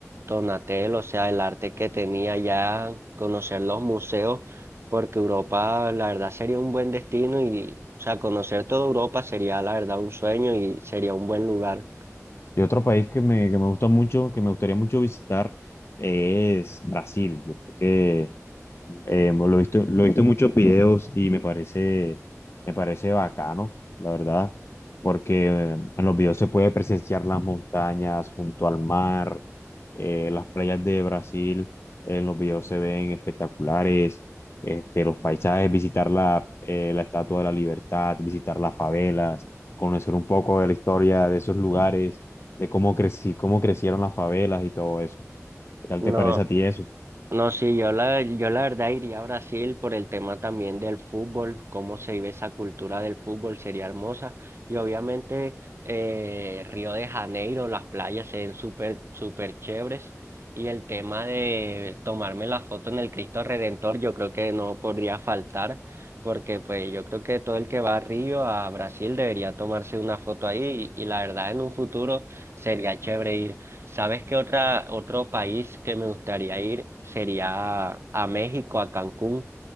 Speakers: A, on the right; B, on the left.
A: Donatello, o sea, el arte que tenía ya, conocer los museos, porque Europa, la verdad, sería un buen destino y, o sea, conocer toda Europa sería, la verdad, un sueño y sería un buen lugar.
B: Y otro país que me, que me gusta mucho, que me gustaría mucho visitar, es Brasil. Yo creo Eh, lo he visto, lo he visto en muchos videos y me parece, me parece bacano, la verdad, porque eh, en los videos se puede presenciar las montañas junto al mar, eh, las playas de Brasil, eh, en los videos se ven espectaculares, este, los paisajes, visitar la, eh, la Estatua de la Libertad, visitar las favelas, conocer un poco de la historia de esos lugares, de cómo creci- cómo crecieron las favelas y todo eso. ¿Qué tal
A: No,
B: te parece a ti eso?
A: no, sí, yo la, yo la verdad iría a Brasil por el tema también del fútbol, cómo se vive esa cultura del fútbol, sería hermosa. Y obviamente eh, Río de Janeiro, las playas se ven súper, súper chéveres. Y el tema de tomarme la foto en el Cristo Redentor, yo creo que no podría faltar, porque pues yo creo que todo el que va a Río, a Brasil, debería tomarse una foto ahí. Y, y la verdad, en un futuro sería chévere ir. ¿Sabes qué otra, otro país que me gustaría ir sería a México, a Cancún?